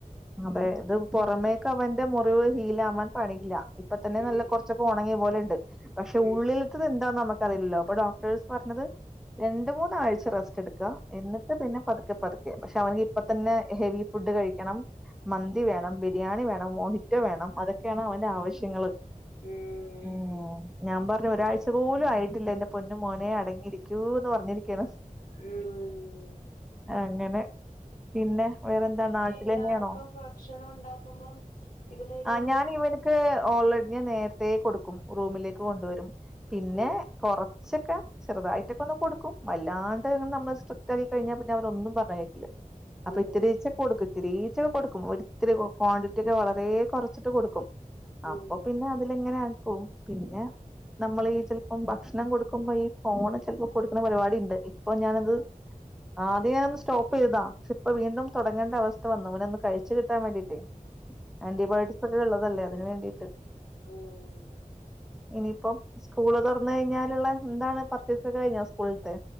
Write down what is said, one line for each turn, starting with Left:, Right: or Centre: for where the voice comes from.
Centre: അതെ അത് പുറമേക്ക് അവന്റെ മു ഹീലാവാൻ പണിയില്ല ഇപ്പ തന്നെ
Left: ഉം
Centre: നല്ല കുറച്ചൊക്കെ ഉണങ്ങിയ പോലെ ഉണ്ട് പക്ഷെ
Left: ഉം
Centre: ഉള്ളിലത്തത് എന്താ നമുക്ക് അറിയില്ലോ അപ്പൊ ഡോക്ടേഴ്സ് പറഞ്ഞത് രണ്ട് മൂന്നാഴ്ച്ച റെസ്റ്റ് എടുക്ക എന്നിട്ട് പിന്നെ പതുക്കെ പതുക്കെ പക്ഷെ അവന് ഇപ്പ തന്നെ ഹെവി ഫുഡ് കഴിക്കണം മന്തി വേണം ബിരിയാണി വേണം മോഹിറ്റോ വേണം അതൊക്കെയാണ് അവന്റെ ആവശ്യങ്ങള്ൾ
Left: ഉം
Centre: ഉ ഞാൻ പറ ഒരാഴ്ച പോലും ആയിട്ടില്ല എറെ പൊന്നും മോനെ അടങ്ങിയിരിക്കൂ എന്ന് പറഞ്ഞിരിക്കയാണ്
Left: ഉം
Centre: അങ്ങനെ പിന്നെ വേറെന്താ നാട്ടിൽ
Left: എല്ലർക്കും
Centre: തന്നെയാണോ
Left: ഭക്ഷണം ഉണ്ടാക്കുമ്പം ഇതിനൊരു
Centre: ആ ഞാൻ ഇവനക്ക് ഓൾറെഡി ഞാൻ നേരത്തെേ കൊടുക്കും റൂമിലേക്ക് കൊണ്ടുവരും പിന്നെ
Left: ഉം
Centre: കൊറച്ചൊക്കെ ചെറുതായിട്ടൊക്കെ ഒന്ന് കൊടുക്കും വല്ലാണ്ട്ങ്ങ് നമ്മള് സ്ട്രിക്റ്റ് ആക്കി കഴിഞ്ഞാൽ പിന്നെ അവരൊന്നും പറയില്ല അപ്പൊ
Left: ഉം
Centre: ഇത്തിരീച്ചെ കൊടുക്കും ഒത്തിേരീച്ചൊക്കെ കൊടുക്കും ഒരിത്തിരി ക്വാണ്ടിറ്റി ഒക്കെ വളരെ കുറച്ചിട്ട് കൊടുക്കും അപ്പൊ
Left: ഉം
Centre: പിന്നെ അതില എങ്ങനെയാ പോം പിന്നെ നമ്മൾ ഈ ചിലപ്പം ഭക്ഷണം കൊടുക്കുമ്പോ ഈ ഫോണ് ചിലപ്പോ കൊടുക്കുന്ന പരിപാടി ഉണ്ട് ഇപ്പൊ ഞാനത് ആദ്യം സ്റ്റോപ്പ് ചെയ്താ ഇപ്പ വീണ്ടും തുടങ്ങേണ്ട അവസ്ഥ വന്നക്ണൊന്ന് കഴിച്ചു കിട്ടാൻ വേണ്ടീട്ട് ആന്റിബയോട്ടിക്സ് ഒക്കെ ഉള്ളതല്ലേ അതിന് വേണ്ടിട്ട്
Left: മ്മ്
Centre: ഇനിയിപ്പം സ്കൂള് തുറന്ന കഴിഞ്ഞാലുള്ള എന്താണ് പർച്ചേസ് ഒക്കെ കഴിഞ്ഞ സ്കൂളിലത്തെ